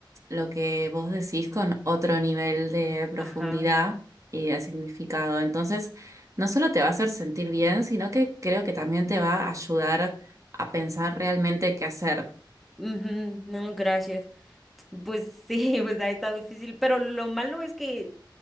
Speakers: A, on the right; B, in the centre.
A: lo que vos decís con otro nivel de profundidad
B: Ajá.
A: y de significado. Entonces, no solo te va a hacer sentir bien, sino que creo que también te va a ayudar a pensar realmente qué hacer.
B: Ujú, No, gracias. Pues sí, <laughs> pues ha estado difícil, pero lo malo es que